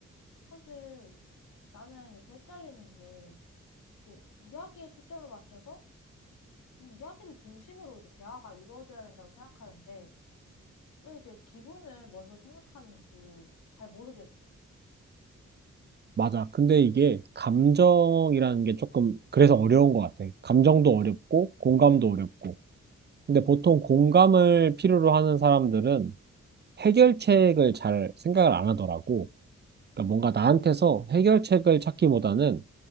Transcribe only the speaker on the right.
맞아. 근데 이게 감정이라는 게 조금 그래서 어려운 것 같아. 감정도 어렵고 공감도 어렵고. 근데 보통 공감을 필요로 하는 사람들은 해결책을 잘 생각을 안 하더라고. 그러니까 뭔가 나한테서 해결책을 찾기보다는